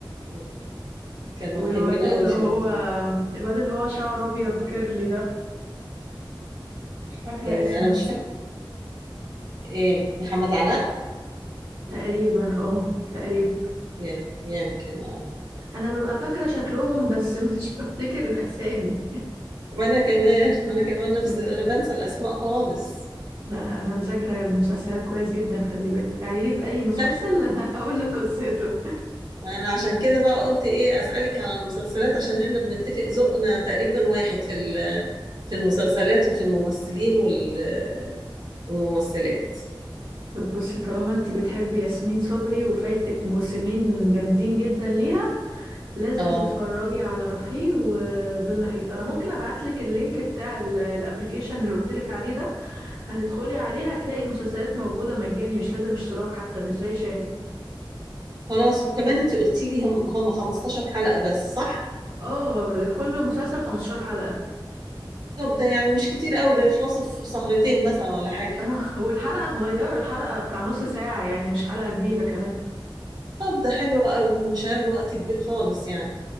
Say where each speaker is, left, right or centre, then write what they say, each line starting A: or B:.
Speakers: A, on the right; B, on the right.
A: وكانوا <laughs>
B: والواد
A: حلوين
B: اللي
A: قوي
B: هو
A: في الدور
B: الواد اللي هو شعره ابيض كيرلي ده مش فاكره
A: آه
B: اسمه
A: انا مش فاكر ايه محمد علاء
B: تقريبا اه تقريبا
A: يم- يمكن اه
B: انا ببقى فاكره شكلهم بس <laughs> مش بفتكر الاسامي
A: وانا كمان وانا كمان نفس
B: <laughs>
A: انا بنسى الاسماء خالص
B: لا انا مذاكره المسلسلات كويس جدا خلي بالك تعالي لي في اي مسلسل
A: شك
B: <laughs> هقول لك قصته
A: وانا عشان كده بقى قلت ايه اسالك على المسلسلات عشان احنا بنتفق ذوقنا تقريبا واحد في ال- في المسلسلات وفي الممثلين وال- والممثلات
B: طب بصي طالما انت بتحبي ياسمين صبري وفايتك موسمين جامدين جدا ليها لازم
A: اه
B: تتفرجي على رحيل وظل لحيط انا ممكن ابعتلك اللينك بتاع ال- الابليكيشن اللي قلتلك عليه ده هتدخلي عليه هتلاقي المسلسلات موجودة مجاني مش لازم اشتراك حتى مش زي شاهد
A: خلاص وكمان انت قلتي لي هم هم 15 حلقة بس صح
B: اه كل مسلسل 15 حلقة
A: طب ده يعني مش كتير قوي ده يخلصوا في سهرتين مثلا ولا حاجة
B: <laughs> والحلقة صغيرة الحلقة بتاع نص ساعة يعني مش حلقة كبيرة كمان
A: طب ده حلو قوي مش هياخدوا وقت كبير خالص يعني